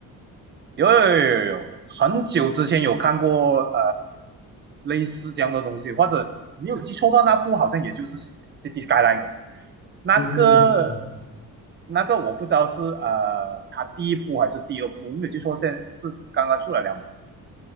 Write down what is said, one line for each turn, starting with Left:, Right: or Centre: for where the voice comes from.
Right: 有有有有有，很久之前有看过呃类似这样的东西，或者你有记错的话那部好像也就是 City Skyline 的那个
Left: 对，<laughs> 嗯
Right: 那个我不知道是呃它第一部还是第二部，没有记错，现在是刚刚出了两